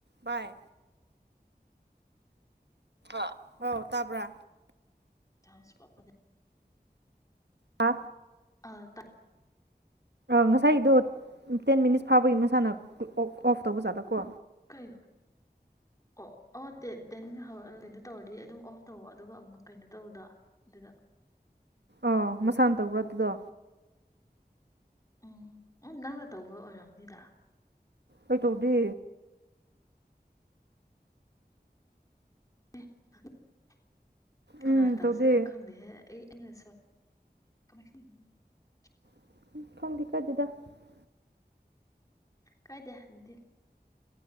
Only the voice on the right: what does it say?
ꯕꯥꯏ ꯑ ꯍ ꯇꯥꯕ꯭ꯔ
ꯍꯥ
ꯉꯁꯥꯏꯗꯣ ꯇꯦꯟ ꯃꯤꯅꯤꯠꯁ ꯐꯥꯕꯒꯤ ꯃꯁꯥꯅ ꯑꯣ ꯑꯣꯐ ꯇꯧꯕꯖꯥꯠꯂꯀꯣ
ꯑꯥ ꯃꯁꯥꯅ ꯇꯧꯕ꯭ꯔꯥ ꯑꯗꯨꯗꯣ
ꯑꯩꯩ ꯇꯧꯗꯦ
ꯎꯝ
ꯇꯧꯗꯦ
<unintelligible> <unintelligible>